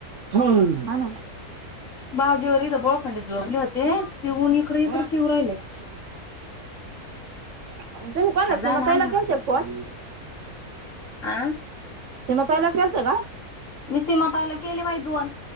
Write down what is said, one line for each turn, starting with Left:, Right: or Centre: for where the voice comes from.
Right: हा ना
Left: बाजीवर इथं बोळखंडीत जोपले होते ते ऊन इकड इकडच
Right: हम्म
Left: येऊन राहिले.
Right: तुम्ही कोणासणी
Left: अरे जाय
Right: मग
Left: ना
Right: पहिलं
Left: आण ना
Right: केलते फोन
Left: आं
Right: सिमा ताईला केलता का
Left: मी सीमाताईला केले बाई दोन